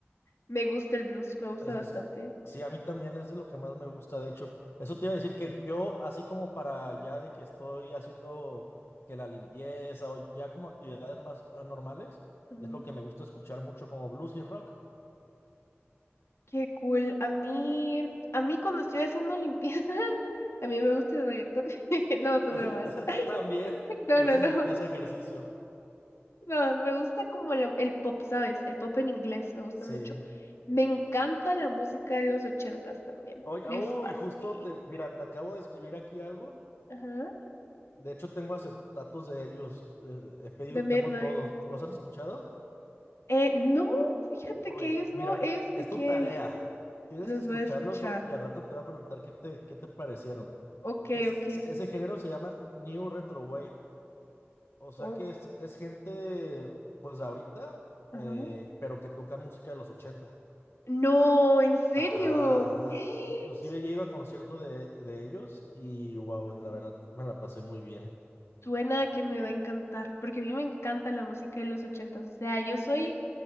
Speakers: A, on the left; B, on the left.
A: Me gusta el blues, me gusta
B: Es,
A: bastante.
B: es- sí, a mí también es de lo que más me gusta, de hecho. Eso te iba a decir que yo, así como para ya de que estoy haciendo que la limpieza o ya como actividades más eh, normales,
A: Ajá.
B: es lo que me gusta escuchar mucho como blues y rock.
A: Qué cool. A mí, a mí cuando estoy haciendo limpieza, <laughs> también me gusta el reggaetón. <laughs> No, son
B: <laughs>
A: bromas. <laughs>
B: También
A: No,
B: haces
A: no, no.
B: limpieza ejercicio.
A: No, me gusta como el, el pop, ¿sabes? El pop en inglés, me gusta
B: Sí.
A: mucho. Me encanta la música de los ochentas también.
B: Oye,
A: Me
B: uy,
A: fascina.
B: justo te, mira, te acabo de escribir aquí algo.
A: Ajá.
B: De hecho, tengo acetatos de ellos. eh, he pedido,
A: The Midnight.
B: tengo todos. ¿Los has escuchado?
A: Eh, no, fíjate
B: Oye,
A: que ellos no,
B: mira,
A: ellos
B: es
A: de qué
B: tu tarea. Tienes
A: los
B: que escucharlos
A: voy a escuchar.
B: o- y al rato te voy a preguntar qué te, qué te parecieron.
A: Ok,
B: Es-
A: ok.
B: ese género se llama New Retro Wave. O sea
A: Oh,
B: que es, es gente, pues ahorita,
A: ajá.
B: eh, pero que tocan música de los ochenta
A: No, en serio.
B: Ajá, ajá.
A: <gasps>
B: Inclusive ya he ido a concierto de, de ellos y wow,
A: Ujú.
B: la verdad me la pasé muy bien.
A: Suena que me va a encantar, porque a mí me encanta la música de los ochentas. O sea, yo soy